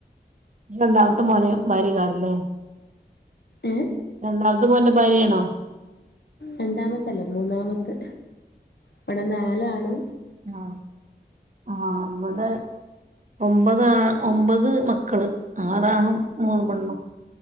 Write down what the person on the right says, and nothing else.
രണ്ടാമത്തും പോനേ മാറി കറല്ലേ
രണ്ടാമത്തെ പോന്റെ ഭാര്യയാണോ
ആ ആ നമ്മടെ ഒമ്പതാ ഒമ്പത് മക്കള് ആറാണ മൂന്ന് പെണ്ണും